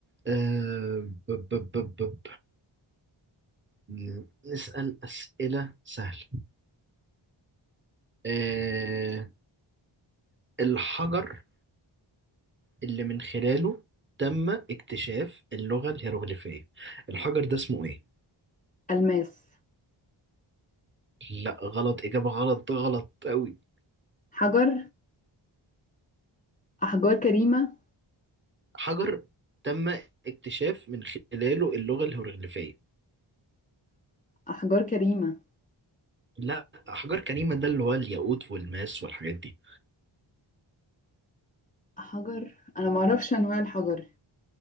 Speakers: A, on the right; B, on the left.
A: أه ب ب ب ب ب. ن- نسأل أسئلة سهلة أه الحجر اللي من خلاله تم اكتشاف اللغة الهيروغليفية الحجر ده اسمه إيه؟
B: ألماس
A: لا غلط إجابة غلط غلط أوي
B: حجر أحجار كريمة
A: حجر تم اكتشاف من خلاله اللغة الهيروغليفية
B: أحجار كريمة
A: لا أحجار كريمة ده اللي هو الياقوت والماس والحاجات دي
B: حجر أنا معرفش أنواع الحجر